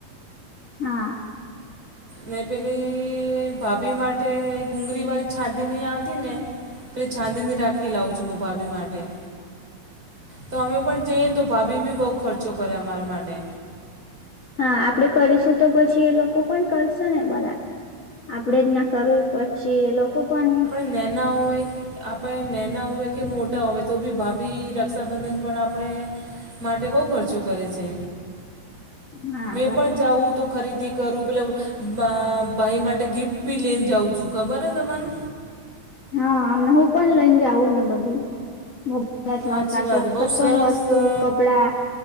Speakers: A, on the left; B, on the right.
A: હા.
B: ને પેલી ભાભી માટે ગુંગળી વાળી છાંદની આવતી ને પેલે છાંદીની રાખી લાવં છું હું ભાભી માટે. તો અમે પણ જઈએ ને તો ભાભી બી બઉુ ખર્ચો કરે અમારા માટે.
A: હા આપડે કરીશું તો પછી એ લોકો પણ કરશે ને બધા. આપડે જ ના કરવું પછી એ લોકો પણ
B: નના હોય કે. આપણે નનેના હોય કે મોટા હોય તો બી ભાભી રક્ષાબંધન પણ આપણે માટે બહુ ખર્ચો કરે છે.
A: હા
B: મેં
A: બરાબર
B: પણ જાઉં તો ખરીદી કરું પેલા ભાઈ માટે ગિફ્ટ પી લઈને જાઉં છું ખબર હ ત મને.
A: હા આમને હું પણ લઈને જ આવું ને બધું મો. અથવા
B: સાચી
A: ક
B: વાત
A: તો
B: બહુ
A: કઈ
B: સરસ
A: પણ વસ્તુ
B: અ,
A: કપડા